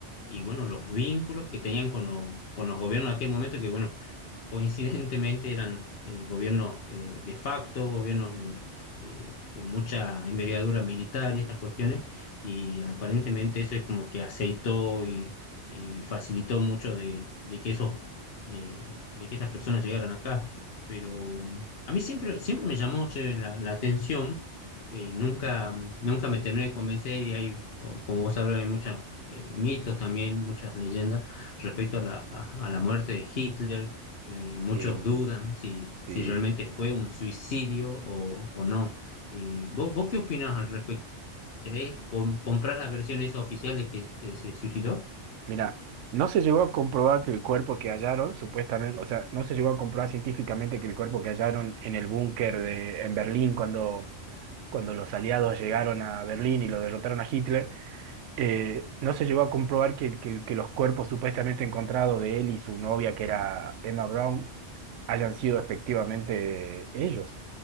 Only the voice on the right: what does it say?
Sí,
sí.
Mira, no se llegó a comprobar que el cuerpo que hallaron, supuestamente, o sea, no se llegó a comprobar científicamente que el cuerpo que hallaron en el búnker de, en Berlín cuando, cuando los aliados llegaron a Berlín y lo derrotaron a Hitler, eh, no se llegó a comprobar que, que, que los cuerpos supuestamente encontrados de él y su novia, que era Emma Brown, hayan sido efectivamente ellos.